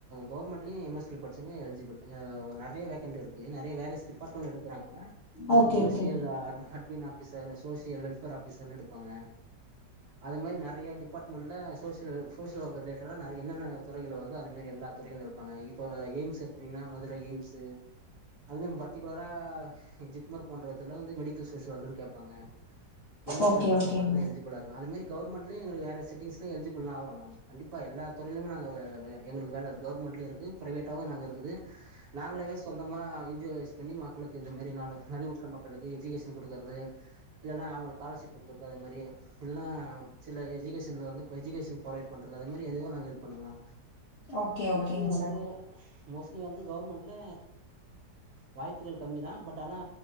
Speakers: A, on the right (about 65°); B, on the left (about 60°).
A: கவர்மெண்ட் லியு எம் எஸ் ல படிச்சவங்க எலிஜிபிள் அ நெறைய வேக்கண்ட் இருக்கு நெறைய வேறஸ் டிபார்ட்மெண்ட் எடுக் குறாங்க
B: ஓகே
A: சோசியல்
B: ஓகே
A: ஆர்வ அட்மின் ஆபீசர் சோசியல் வெல்ஃபேர் ஆஃபிசர்னு எடுப்பாங்க அதே மாரி நெறய டிபார்ட்மெண்ட்ல சோசியல் சோசியல் ஒர்க் ரிலேட்டடா நெற என்னென்ன துறைகள் வருது அது மாரி எல்லா துறைகளு இருப்பாங்க இப்போ எய்ம்ஸ் எடுத்தனீங்கன்னா மதுர எய்ம்ஸு அதுவு பர்டிகுலரா ஜிப்மர் போன்ற இதல வந்து மெடிக்கல் செஸ்வாகுன் கேப்பாங்க எம் எஸ்லப்
B: ஓகே
A: பட்ச்சவங்க
B: ஓகேங்க
A: மட்டுந்தா எல்ஜிப் போலருங்க அது மேரி கவுர்மெண்ட்லியு எங்களுகு வேற செட்டிங்ஸ்சு எல்ஜிபில் ஆவறோ நாங்க கண்டிப்பா எல்லாத் துறையிலுமே நாங்க எங்களுக்கு வேலருக் கவுர்மெண்ட் ட்லியு இருக்கு பிரைவேட்டாவு நாங்க இருக்குது நாங்களாவே சொந்தமா என்ஜியோஸ் பண்ணி மக்களுக்கு இது மேரி நாலு நளிவுற்ற மக்களுக்கு எஜுகேஷன் குடுக்குறது இல்லனா அவுங்களுக் காலர்ஷிப் குடுக்குறது அது மேரி இல்னா சில எஜுகேஷன்ல வந்து இப்ப எஜுகேஷன் பொரவைட் பண்றது அது மேரி எதுவு நாங்க ஹெல்ப் பண்ணுவோ
B: ஓகே
A: மோஸ்ட்லி
B: ஓகேங்க
A: வந்து
B: சார்
A: மோஸ்ட்லி வந்து கவுர்மெண்ட்ல வாய்ப்புகள் கம்மிதா பட் ஆனா